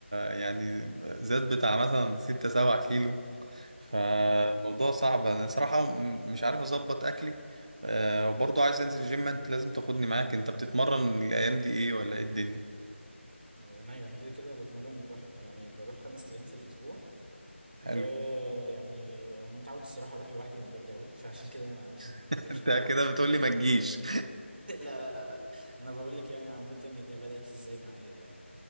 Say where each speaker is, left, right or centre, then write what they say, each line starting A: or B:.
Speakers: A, on the right (about 30°); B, on the right (about 45°).
A: يعني زاد بتاع مثلا ستة سبعة كيلو فالموضوع
B: <laughs> يا-
A: صعب انا صراحة م- مش عارف اظبط اكلي آه، وبرضه عايز انزل جيم انت لازم تاخدني معاك انت بتتمرن الايام دي ايه ولا ايه الدنيا
B: آه، انا انا كده كده بتمرن بح يعني بروح خمس ايام في الاسبوع ويعني
A: حلو
B: انا متعود الصراحه اروح لوحدي من بدري قوي فعشان كده ما <laughs> ما
A: <laughs>
B: بكلمش
A: انت
B: حد
A: كده
B: يعني
A: بتقولي ما تجيش
B: <laughs> لا لا لا لا انا بقول لك يعني عامه ان دي بدات ازاي معايا يعني